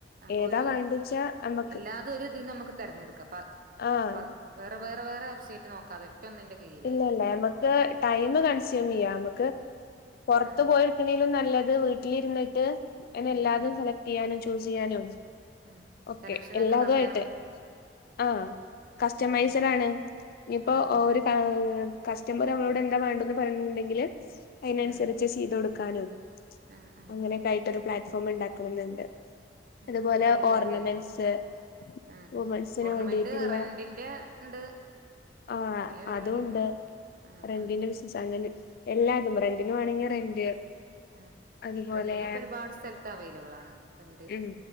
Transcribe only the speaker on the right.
അപ്പൊ
ഒരു
എല്ലാതൊരിതിന്നമ്മക് തെരഞ്ഞെടു ക്ക പർ
പർ വേറെ വേറെ വേറെ വെബ്സൈറ്റ് നോക്കാതെ ഒറ്റ ഒന്നിന്റെ കീഴിലായിട്ട്
ആഹ്
ഉം
ഉം
ആഹ്
സെലക്ഷനൊക്കെ
നല്ല
ഉം ഉം
ആഹ്
ആഹ്
ആഹ്
ആഹ് ആഹ്
ആഹ്
അത് നല്ലൊരു
ഐഡിയാണ് ആഹ്
ആഹ് ഓർണമെന്റ്
റെന്റിന്റെ ഇണ്ട്
പലേ പരിപാടി
ഇണ്ട് ആഹ്
ആഹ്
ഉം
റെന്റിനപ്പ ഒരുപാട് സ്ഥലത്ത് അവൈലബിൾ ആണ് റെന്റ്